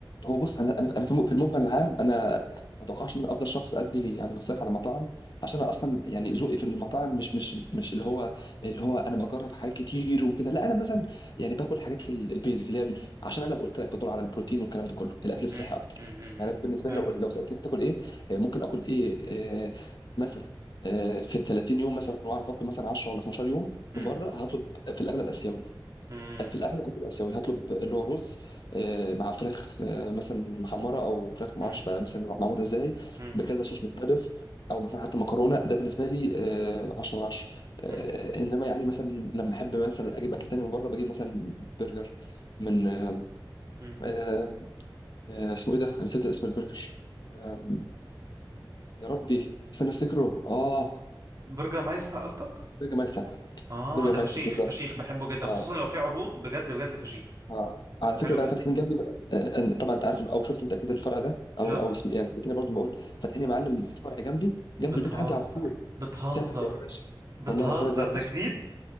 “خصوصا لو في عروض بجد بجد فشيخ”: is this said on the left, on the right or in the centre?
Right